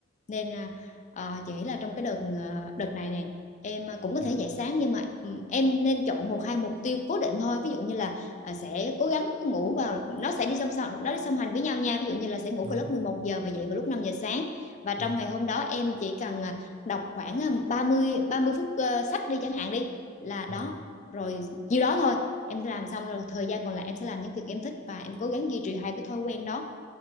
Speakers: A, on the left (about 35°); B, on the right (about 25°).
A: nên là ờ, chị nghĩ là trong cái đợt ờ, đợt này nè em à, cũng có
B: dạ
A: thể dậy sáng nhưng mà ừ, em nên chọn một hai mục tiêu cố định thôi ví dụ như là ờ, sẽ cố gắng ngủ vào nó sẽ đi song song nó đi song hành với nhau nha ví dụ như là sẽ ngủ
B: đúng
A: vào lúc
B: rồi
A: 11 giờ và dậy vào lúc năm giờ sáng và trong
B: em hiểu
A: ngày hôm đó em chỉ cần ờ, đọc khoảng à, ba mươi ba mươi phút ờ, sách đi chẳng hạn đi là đó
B: vâng
A: rồi nhiêu đó thôi em làm xong rồi thời gian còn lại em sẽ làm những việc em thích và em cố gắng duy trì hai cái thói quen đó